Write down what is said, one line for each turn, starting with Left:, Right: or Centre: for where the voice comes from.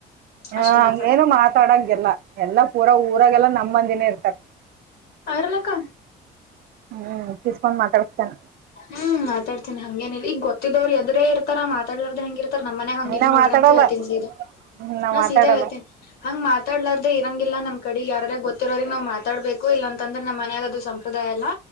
Right: ಹಾ
Left: ಅಷ್ಟೇ
Right: ಹಂಗ
Left: ಮಾತಾಡ
Right: ಏನು ಮಾತಾಡಂಗಿಲ್ಲ ಎಲ್ಲಾ ಪೂರಾ ಊರಾಗೆಲ್ಲ ನಮ್ಮ ಮಂದಿನೇ ಇರ್ತರ.
Left: ಆರಲೆಕ್ಕ.
Right: ಹ್ಮ್ ಕೀಸ್ಕೊಂಡು ಮಾತಾಡಸ್ತಾನ.
Left: ಹ್ಮ್ ಮಾತಾಡ್ತೀನಿ ಹಂಗೇನಿಲ್ಲ ಈಗೊತ್ತಿದ್ದೋರು ಎದರೆ ಇರ್ತಾರ ಮಾತಾಡ್ಲರ್ದೇ ಹೆಂಗಿರ ರ್ ನಮ್ಮ ಮನೆಗ್ ಹಂಗ ಇಲ್
Right: ನಾ
Left: ನೋಡ್ರಿ
Right: ಮಾತಾಡಲ್ಲ
Left: ಅಂತ ಹೇಳ್ತೀನಿ ಸೀದಾ
Right: ಹ್ಮ್
Left: ನಾ
Right: ಮಾತಾಡಲ್ಲ
Left: ಸೀದಾ ಹೇಳ್ತೀನಿ. ಹಂಗ್ ಮಾತಾಡ್ಲಾರ್ದೇ ಇರಂಗಿಲ್ಲ ನಮ್ ಕಡಿ ಯಾರ ಗೊತ್ತಿರೋರಿಗ್ ನಾವ್ ಮಾತಾಡ್ಬೇಕು ಇಲ್ಲ ಅಂತ ಅಂದ್ರ ನಮ್ ಮನ್ಯಾಗ ಅದು. ಸಂಪ್ರದಾಯಲ್ಲ